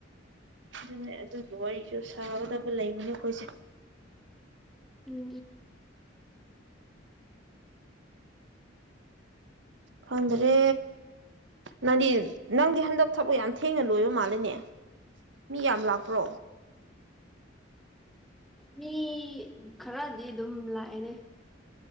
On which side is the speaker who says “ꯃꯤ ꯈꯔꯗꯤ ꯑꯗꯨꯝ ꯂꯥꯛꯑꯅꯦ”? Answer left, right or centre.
Centre